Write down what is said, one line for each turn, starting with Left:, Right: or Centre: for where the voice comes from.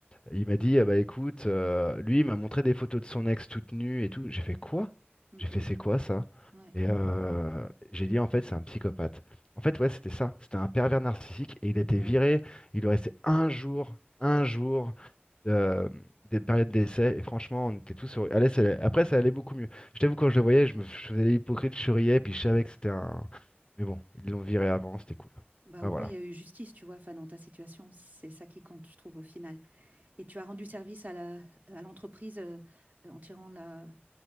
Left: il m'a dit, ah bah écoute, euh, lui, il m'a montré des photos de son ex toute nue et tout. J'ai fait quoi?
Right: Mm,
Left: J'ai fait,
Right: mm.
Left: c'est quoi ça?
Right: Ouais,
Left: Et euh, j'ai dit, en fait, c'est un psychopathe. En fait, ouais, c'était ça. C'était un pervers narcissique et il a été
Right: bah
Left: viré.
Right: ouais,
Left: Il lui restait un jour, un jour de, des périodes d'essai. Et franchement, on était tous sur. Allez, ça allait- Après, ça allait beaucoup mieux. Je t'avoue, quand
Right: d'accord.
Left: je le voyais, je me je faisais l'hypocrite, je souriais, puis je savais que c'était un. Mais bon, ils l'ont viré avant, c'était cool.
Right: Bah
Left: Enfin,
Right: au moins
Left: voilà.
Right: il y a eu justice, tu vois, enfin dans ta situation, c'est ça qui compte, je trouve, au final. Et tu as rendu service à la, à l'entreprise euh, en tirant la,